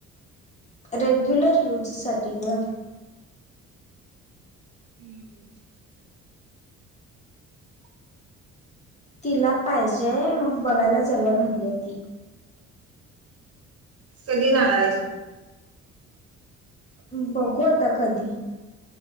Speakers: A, on the left; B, on the right.
A: रेग्युलर यूज साठी गं.
B: हम्म.
A: तिला पाहिजेय. मग बघायला जावूया म्हटल्या ती.
B: कधी जाणार आहेसा.
A: बघू आता कधी